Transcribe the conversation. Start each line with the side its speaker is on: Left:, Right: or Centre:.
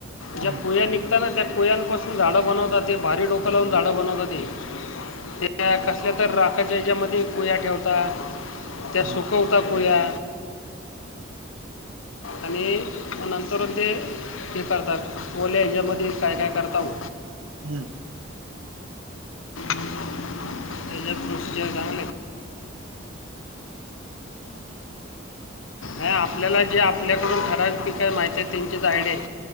Left: ज्या
Right: हं,
Left: कुया निघ ताना त्या कोयांपासून झाडं बनवतात, ते भारी डोकं लावून झाडं बनवतात ते. त्या कसल्या तर राखच्या याच्यामध्ये कोया ठेवता. त्या
Right: हं.
Left: सुकवता कुया. आणि नंतरून ते हे करतात, ओल्या ह्याच्यामध्ये काय काय करताव.
Right: ह..
Left: त्याजा प्रोसिजर <unintelligible> <unintelligible> नाही आपल्याला जे आपल्याकडून ठराविक जी काय माहिती आहे त्यांचीच आयडिया आहे.